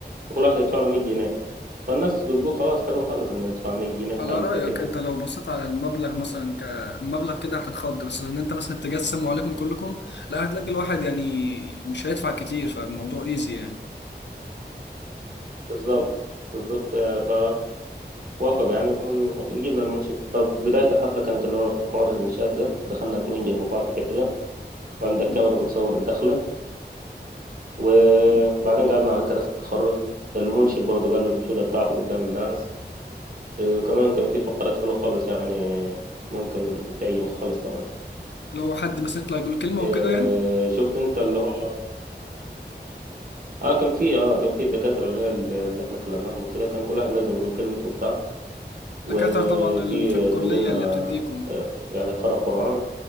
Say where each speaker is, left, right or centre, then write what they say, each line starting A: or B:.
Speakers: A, on the right; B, on the left.
A: فكل واحد يدفع له 100 جنيه فالناس بتقول خلاص حلو خالص انه يدفع 100 جنيه في
B: على
A: حاجة
B: رايك
A: زي كده يعني
B: انت لو بصيت على المبلغ مثلا كمبلغ كده هتتخض بس ان انت مثلا تجسم وعليكم كلكم لا هتلاقي الواحد يعني مش هيدفع كتير فالموضوع ايزي يعني
A: بالظبط بالظبط ف وافقوا يعني وجبنا المنشد فبداية الحفلة كانت اللي هو حوار الإنشاد ده دخلنا اتنين جنب بعض كده وعندك
B: مم.
A: كاميرا بتصور الدخلة وبعدين قعدنا على كراسي التخرج المنشد برضه قال له الأنشودة بتاعته قدام الناس إيه، وكمان كان في فقرات حلوة خالص يعني ممكن تعجبك خالص كمان
B: لو حد مثلا يطلع يقول كلمه
A: إيه،
B: وكده يعني
A: شفت انت اللي هو اه كان في اه كان في الدكاترة اللي هي اللي احنا كلمناهم وكده كان كل واحد لازم يقول كلمته وبتاع
B: دكاتره
A: وفي
B: طبعا ال- في الكليه
A: زميلنا
B: اللي بتديكم
A: آه، يعني قرأ قرآن